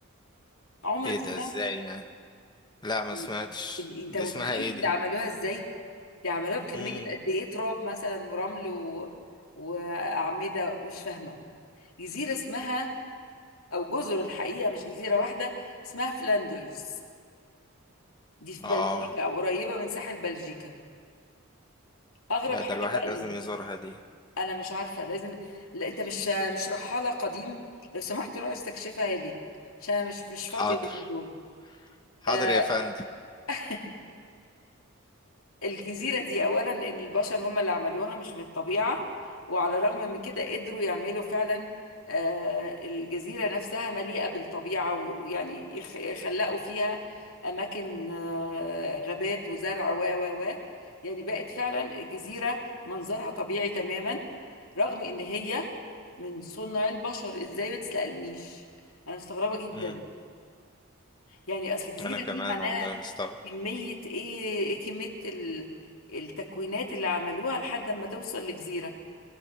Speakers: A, on the left (about 80°); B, on the left (about 20°).
A: عمرك
B: ايه
A: سمعت
B: ده ازاي يعني لا ما
A: إن-
B: سمعتش
A: انت
B: دي
A: متخيل
B: اسمها ايه دي
A: اللي عملوها ازاي دي عملوها بكمية
B: مم.
A: قد ايه تراب مثلا ورمل و... وأعمدة مش فاهمة جزيرة اسمها او جزر الحقيقة مش جزيرة واحدة اسمها فلاندرز دي في
B: اه
A: بلجيكا او قريبة من ساحل بلجيكا اغرب
B: لا
A: حاجة
B: ده الواحد
A: بقى اللي
B: لازم يزورها دي
A: انا مش عارفة لازم لا انت مش مش رحالة قديم لو سمحت روح استكشفها لي عشان انا مش مش فاضية
B: حاضر
A: اليومين دول
B: حاضر
A: آه
B: يا فندم
A: <laughs> الجزيرة دي أولا إن البشر هم اللي عملوها مش من الطبيعة وعلى الرغم من كده قدروا يعملوا فعلا آه، الجزيرة نفسها مليئة بالطبيعة و- ويعني يخ- يخلقوا فيها أماكن آه، غابات وزرع و و و يعني بقت فعلا الجزيرة منظرها طبيعي تماما رغم إن هي من صنع البشر إزاي ما تسألنيش أنا مستغربة جدا
B: مم.
A: يعني أصل الجزيرة
B: انا كمان
A: دي معناها
B: والله مستغرب
A: كمية ايه ايه كمية ال- التكوينات اللي عملوها لحد ما توصل لجزيرة